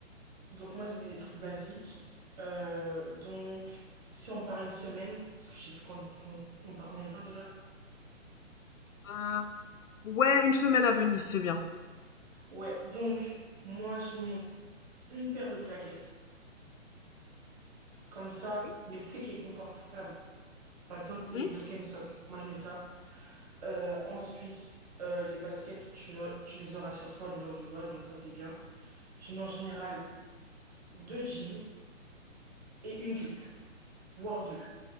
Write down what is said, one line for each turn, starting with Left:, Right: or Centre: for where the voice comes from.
Right: Donc, moi, je mets des trucs basiques. Euh, donc, si on part une semaine, parce que je sais plus qu'on qu'on- on part combien de temps déjà.
Left: Euh, ouais, une semaine à Venise c'est bien.
Right: Ouais, donc, moi, je mets une paire de claquettes. comme ça,
Left: Ok.
Right: mais tu sais, qui est confortable. Par exemple,
Left: Mhm.
Right: les Birkenstock, moi je mets ça. Euh, ensuite, euh, les baskets, tu, tu les auras sur toi le jour du vol, donc ça c'est bien. Je mets en général deux jeans et une jupe, voire deux.